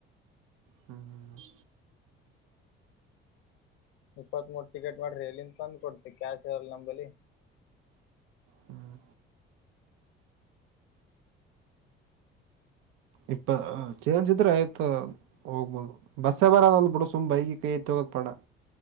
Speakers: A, on the right; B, on the left.
A: ಹ್ಮ್
B: ಇಪ್ಪತ್ ಮೂರು ಟಿಕೆಟ್ ಮಾಡ್ರಿ ಎಲ್ಲಿಂದ ತಂದ್ ಕೊಡ್ತಿ ಕ್ಯಾಶ್ ಇಲ್ಲ ನಂಬಲ್ಲಿ
A: ಹ್ಮ್ ಇಪ್ಪ ಚೇಂಜ್ ಇದ್ರೆ ಆಯ್ತ ಹೋಗ್ಬೋದು ಬಸ್ಸ ಬರದ ಅಲ್ ಬಿಡ ಸುಮ್ಗಿ ಕೈ ಐತ್ ತಗೋತ್ ಬೇಡ ಹ